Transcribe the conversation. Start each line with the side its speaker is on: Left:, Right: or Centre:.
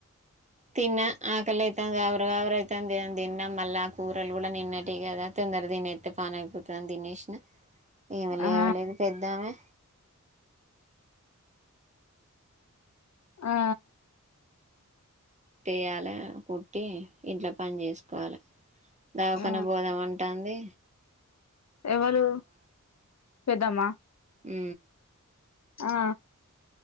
Right: తిన్నా ఆకలి అయితాంది గావర గావర అయితాంది అని తిన్నా మళ్ళా ఆ కూరలు గూడా నిన్నటివి కదా తొందర తినేత్తే పని అయిపోతదని తినేసిన ఈమే లేవలేదె
Left: ఆ
Right: పెద్దామే
Left: ఆ
Right: కుట్టేయాల కుట్టి ఇంట్లో పని చేసుకోవాల దావకన్న
Left: ఆ
Right: బోదాం అంటాంది
Left: ఎవరు పెద్దామా
Right: ఊ
Left: ఆ